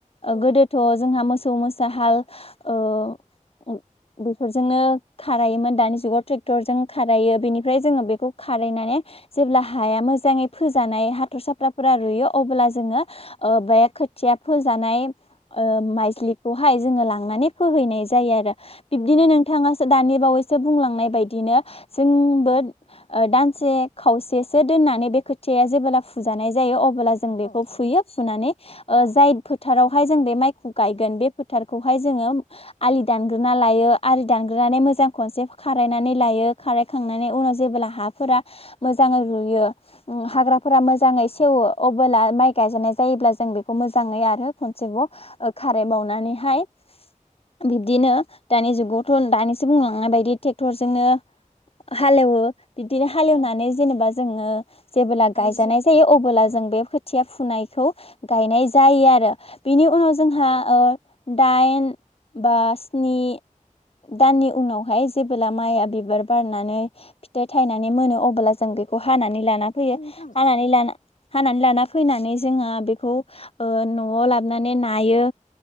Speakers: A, on the left (about 65°); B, on the left (about 45°).
A: औ
B: गोदोथ' जोंहा मोसौ मोसा हाल ओ बेफोरजोंनो खारायोमोन दानि जुगाव ट्रेक्टरजों खारायो बेनिफ्राय जोङो बेखौ खारायनानै जेब्ला हाया मोजाङै फोजानाय हाथर साफ्राफोरा रुइयो अब्ला जोङो बे खोथिया फोजानाय ओ माइस्लिखौहाय जोङो लांनानै फोहैनाय
A: औ
B: जायो आरो बिब्दिनो
A: औ नोंथां
B: नोंथाङासो दानि बावैसो बुंलांनाय बायदिनो जोंबो दानसे खावसेसो दोननानै बे खोथियाया जेब्ला फुजानाय‌ जायो अब्ला जों बेखौ
A: औ
B: फुयो फुनानै
A: औ
B: ओ जाय फोथारावहाय जों बे माइखौ गायगोन बे फोथारखौहाय जोङो आलि दानग्रोना लायो आलि दानग्रोनानै मोजां खनसे खारायनानै लायो खारायखांनानै उनाव जेब्ला हाफोरा मोजाङै रुयो हाग्राफोरा मोजाङै सेवो अब्ला माइ गायजानाय जायोब्ला जों बेखौ मोजां जाङै आरो खनसेबाव खारायबावनानैहाय बिब्दिनो दानि जुगावथ' दानिसो बुंलांनाय बायदि ट्रेक्टरजोंनो हालेव बिदिनो हालेवनानै
A: औ
B: जेनेबा जोङो जेबोला
A: आइजो
B: गायजानाय जायो अबोला
A: औ
B: जों बे खोथिया फुनायखौ गायनाय जायो आरो बेनि उनाव जोंहा
A: औ
B: ओ दाइन बा स्नि दाननि उनावहाय जेबोला माइआ बिबार बारनानै फिथाइ थायनानै मोनो अब्ला जों बेखौ हानानै लाना फैयो
A: नोंथां
B: हानानै लाना हानानै लाना फैनानै जोङो बेखौ ओ न'आव लाबोनानै नायो